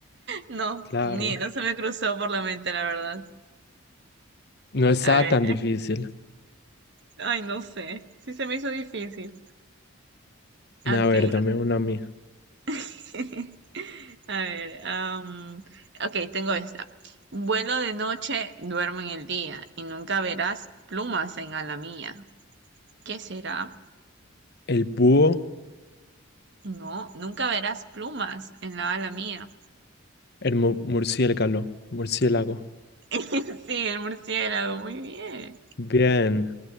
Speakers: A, on the right; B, on the left.
A: No,
B: claro.
A: ni no se me cruzó por la mente, la verdad.
B: No estaba
A: A ver,
B: tan difícil.
A: ay, no sé. Sí se me hizo difícil. Ok.
B: A ver, dame una mía.
A: <laughs> A ver, am, ok, tengo esta. Vuelo de noche, duermo en el día y nunca verás plumas en ala mía. ¿Qué será?
B: El búho,
A: No, nunca verás plumas en la ala mía.
B: el mu- murciélago, murciélago.
A: <laughs> Sí, el murciélago, muy bien.
B: Bien.